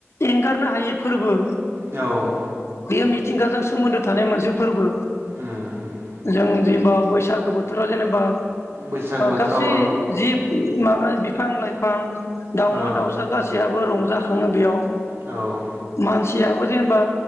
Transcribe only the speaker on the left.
एंगारनो हायै फोरबो
बेयो मिथिंगाजों सोमोन्दो थानाय मोनसे फोरबो
जों जेनेबा बैसागो बोथोराव जेनेबा
गासै जि माबा बिफां-लाइफां दावमा
दाउसा गासैयाबो रंजायो जाखाङो बेयाव
मानसियाबो जेनेबा